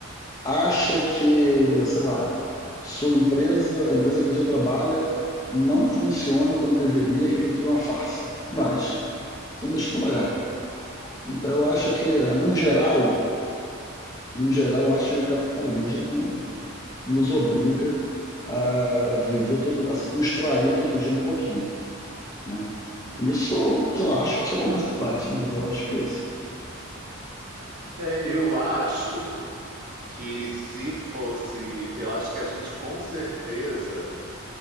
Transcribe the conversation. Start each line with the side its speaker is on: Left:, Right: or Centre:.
Left: acha que, sei lá, sua empresa, a empresa que você trabalha, não funciona como deveria, que aquilo tudo é uma farsa. Mas você não deixa de trabalhar. Então eu acho que, num geral, num geral, eu acho que o capitalismo nos obriga a viver todo, a se extrair todo dia um pouquinho, né? Isso, sei lá, acho que é só começo de debate, mas eu acho que é isso.
Right: É, eu acho que se fosse, eu acho que a gente com certeza